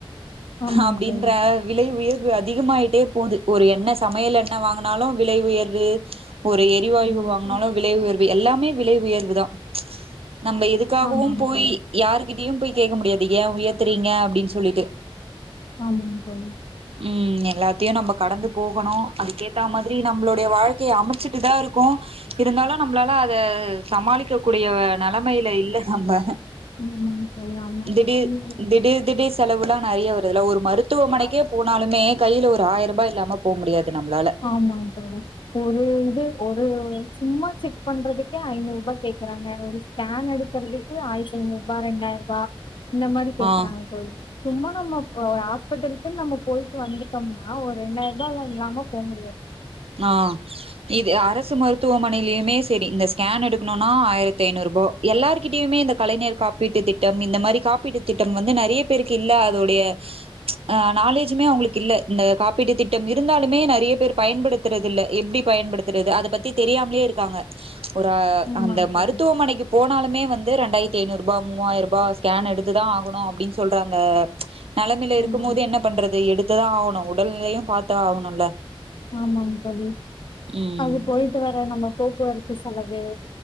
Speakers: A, on the left (about 55°); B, on the right (about 75°).
A: ஆமாங்க
B: அப்படின்ற
A: தோழி
B: விலை உயர் வு அதிகமாயிட்டே போது ஒரு எண்ணெ சமையல் எண்ணெ வாங்குனாலு விலை உயர்து ஒரு எரிவாயு
A: ஆமாங்க
B: வாங்னாலு விலை உயர் வு எல்லாமே விலை உயர்வு தா நம்ப எதுக்காகவும்
A: ஆமாங்க
B: போய்
A: தோழி
B: யாருகிட்டயு போய் கேக்க முடியது ஏ உயர்த்தறீங்க அப்படின் சொ சொல்லிட்டு
A: ஆமாங்க தோழி
B: ம் எல்லாத் தையு நம்ம கடந்து போகணு அதுக்கேத்த மாதிரி நம்மளுடைய வாழ்க்கைய அமச்சுட் டு தா இருக்கோ இருந்தாலு நம்பளால அத சமாளிக்க கூடிய நலமையில இல்ல நம்ப
A: ஆமாங்க
B: திடீர்
A: தோழி
B: திடீர் திடீர் செலவுலா நறையா வருதுல ஒரு மருத்துவமனைக்கே
A: ஆமா
B: போனாலுமே கையில ஒரு ஆயிர பா இல்லாம போ முடியாது நம்லால
A: ஆமாங் தோழி ஒரு இது ஒரு சும்மா செக் பண்றதுக்கே ஐநூறு ரூபா கே க்கறாங்க ஒரு ஸ்கேன் எடுக்கறதுக்கு ஆயிரத்தி ஐநூறுரூபா ரெண்டாயிரரூபா இந்த மாதிரி பேசுறாங்க
B: ஆ
A: தோழி சும்மா நம்ம ஒரு ஹாஸ்பிட்டலுக்குன் நம்ம போயிட்டு வந்துட்டோம்னா ஆ ஒரு ரெண்டாயிரரூபா எல்லா இல்லாம போ முடியாது
B: ஆ இது அரசு மருத்துவமனையிலயுமே சரி இந்த ஸ்கேன் எடுக்கணுன்னா ஆயிரத்தி ஐநூறு ரூபா எல்லார்கிட்டையுமே இந்த கலைஞர் காப்பீட்டுத் திட்டம் இந்த மாரி காப்பீட்டு திட்டம் வந்து நறைய பேருக்கு இல்ல அதோடைய அ நாலேஜுமே அவங்களுக்கு இல்ல இந்த காப்பீட்டு திட்டம் இருந்தாலுமே நறைய பேர் பயன்படு த்துறதில்ல எப்டி பயன்படுத்துறது அத பத்தி தெரியாமலே இருக்காங்க ஒர
A: ஆமாங்க
B: அந்த மருத்துவமனைக்கு
A: தோழி
B: போனாலுமே வந்து ரெண்டாயத்தி ஐநூறு ரூபா மூவாய ரூபா ஸ்கேன் எடுத்துதா ஆகணு அப்டின் சொல்றாங்க நலைமையில இருக்கும்
A: ஆமாங்க
B: போது என்ன பண்றது எடுத்துதா ஆகணு உடல்நிலையு பாத்தா ஆகணுல்ல
A: ஆமாங் தோழி
B: ம்
A: அது போயிட்டு வர நம்ம போக்குவரத்து செலவு